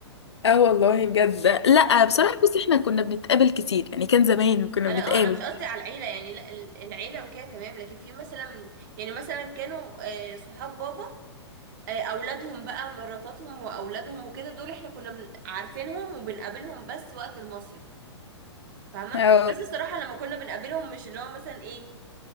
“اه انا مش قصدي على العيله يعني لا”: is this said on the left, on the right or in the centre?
Right